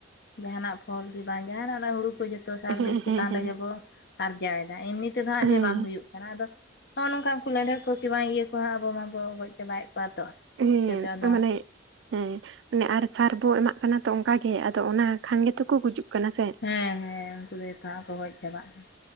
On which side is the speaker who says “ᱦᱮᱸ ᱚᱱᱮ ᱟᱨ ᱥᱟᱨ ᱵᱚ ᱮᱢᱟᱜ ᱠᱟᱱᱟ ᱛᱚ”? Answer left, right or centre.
Right